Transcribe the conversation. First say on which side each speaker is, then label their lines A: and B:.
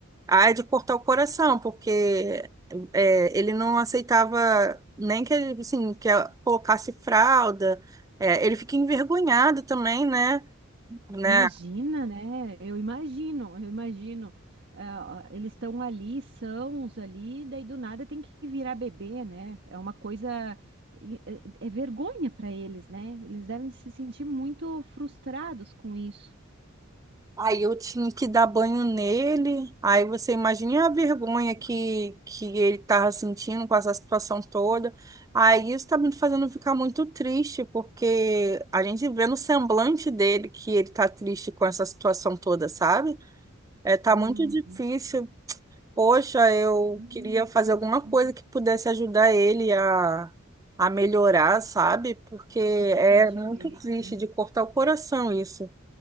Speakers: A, on the right; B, on the right.
A: Ah, é de cortar o coração, porque é, ele não aceitava nem que, ele, assim, que ela colocasse fralda. É, ele fica envergonhado também, né? Né?
B: Imagina, né? Eu imagino, eu imagino. Ah, eles estão ali, são os ali, daí do nada tem que virar bebê, né? É uma coisa. e- É é vergonha para eles, né? Eles devem se sentir muito frustrados com isso.
A: Aí eu tinha que dar banho nele. Aí você imagina a vergonha que, que ele tava sentindo com essa situação toda. Aí isso tá me fazendo ficar muito triste, porque a gente vê no semblante dele que ele tá triste com essa situação toda, sabe? É, tá
B: Uhum.
A: muito difícil. Poxa, eu
B: Ah,
A: queria fazer
B: tadinho.
A: alguma coisa que pudesse ajudar ele a, a melhorar, sabe? Porque é
B: Pra se sentir
A: muito
B: bem,
A: triste
B: né?
A: de cortar o coração isso.